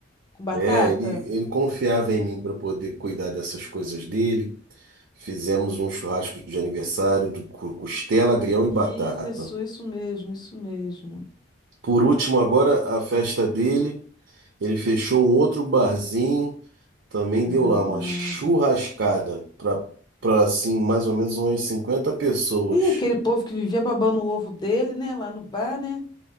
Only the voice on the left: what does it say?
Com batata?
Isso,
isso mesmo, isso mesmo.
Caramba.
E aquele povo que vivia babando o ovo dele, né? Lá no bar, né?